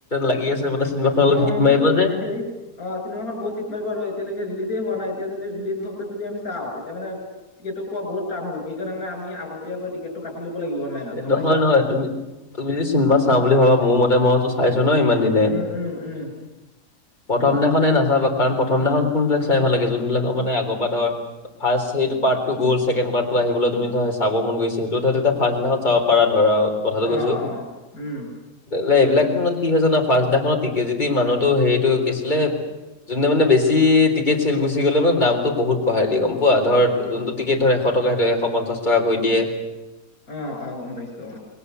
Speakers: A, on the left; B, on the left.
A: লাগি আছে মানে চিনেমাখন অলপ
B: অ,
A: হিট
B: সেইটোৱেতো
A: মাৰিব যে
B: মানে হেৰি অ, চিনেমাখন বহুত হিট মাৰিব আৰু এতিয়া লৈকে ৰিলিজে হোৱা নাই এতিয়া যদি ৰিলিজ হওঁতে যদি আমি চাওঁ তেতিয়া মানে টিকটটো পোৱা বহুত টান হ'ব সেইকাৰণে আমি আগতীয়া কৈ টিকট টো কাটি লব লাগিব। অনলাইনত
A: এ
B: গম
A: নহয়-নহয়
B: পাইছা।
A: তুমি তুমি যদি চিনেমা চাওঁ বুলি ভাবা মোৰ মতে মইতো চাইছোঁ ন' ইমান দিনে?
B: উম উম উম
A: প্ৰথম দিনাখনে নাচাবা কাৰণ প্ৰথম দিনাখন কোনবিলাক চাই ভাল লাগে যোনবিলাকৰ মানে আগৰ পৰা ধৰ ফাৰ্ষ্ট সেইটো পাটৰ্টো গ'ল ছেকেণ্ড পাটৰ্টো আহিবলৈ তুমি ধৰা চাব মন গৈছে সেইটো ধৰা তেতিয়া ফাৰ্ষ্ট দিনাখন চাব পাৰা ধৰা কথাটো
B: অ
A: কৈছো।
B: অ উম
A: লে এইবিলাকখনত কি হয় জানা ফাৰ্ষ্ট দিনাখনত টিকে যদি মানুহটো হেৰিটো কি আছিলে যোনদিনা মানে বেছি টিকেট চেল গুচি গ'লে মানে দামটো বহুত বঢ়াই দিয়ে গম পোৱা ধৰ যোনটো টিকেট ধৰ এশ টকা সেইটো এশ পঞ্চাশ টকা কৈ দিয়ে
B: অ', অ', গম পাইছো অ।